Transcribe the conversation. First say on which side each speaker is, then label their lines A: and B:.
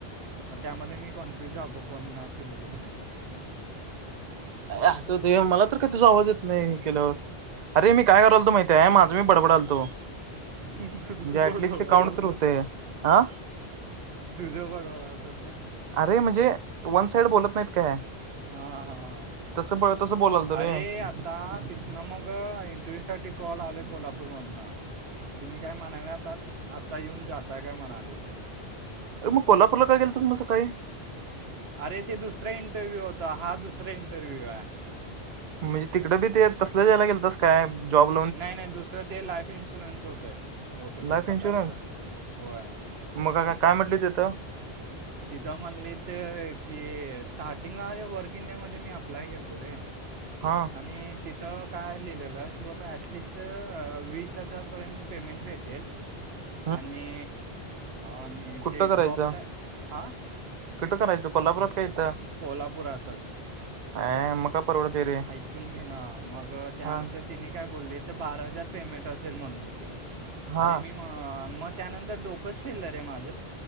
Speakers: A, on the right (about 75°); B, on the right (about 50°).
A: मग त्यामध्ये मी कन्फ्युज झालतो कोण असे बोलू मग नेमका मणून
B: असं ते मला तर काही तुझा आवाज येत नाही केल्यावर अर मी काय करालो माहितीय आहे माझा मी बडबडालतो
A: तुझ
B: म्हणजे
A: तू
B: ऍटलिस्ट
A: बड भलता
B: ते काउंट
A: अस
B: तर होतय
A: म
B: हा
A: तुझ्या पडवा ला तस
B: अरे म्हणजे वन साईड बोलत नाहीत काय
A: हा हा हा
B: तसं तसं बोलालतो रे
A: अरे आ आता तिथनं मग इंटरव्यूसाठी कॉल आले कोल्हापूरमधला तिने काय म्हणायला आता आत्ता येऊन जातय काय म्हणाले ते
B: अ मग कोल्हाूरला का गेल तुमझ सकाळी
A: अरे ते दुसरं इंटरव्ह्यू होता हा दुसरा इंटरव्ह्यू आहे
B: म्हणजे तिकडे बी ते तस जायला गेलातस काय जॉबो
A: नाही नाही दुसरं ते लाईफ इन्शुरन्स होतय होतं
B: लाईफ
A: ते सकाळचं
B: इन्शुरन्स
A: होय
B: मग का काय म्हटलं तिथं
A: तिथं म्हणली ते की स्टार्टिंगला वर्क इन डे मध्ये मी अप्लाय केलतो रे
B: हा
A: आणि तिथं काय लिहिलेलं की बाबा ॲटलिस्ट वीस हजारपर्यंत पेमेंट भेटेल
B: ह
A: आणि आणि
B: कुठं
A: ते
B: करायचं
A: जॉब टाय हां
B: कुठं करायचं कोल्हापुरात काय इथं
A: कोल्हापूरातच
B: अ...... मग काय परवडतते रे
A: ऐकून घेणं मग त्यानंतर
B: हा
A: तिनी काय बोलली तर बारा हजार पेमेंट असेल म्हणली तिने
B: हा
A: अरे मी म मग त्यानंतर डोकंच फिरलं रे माझ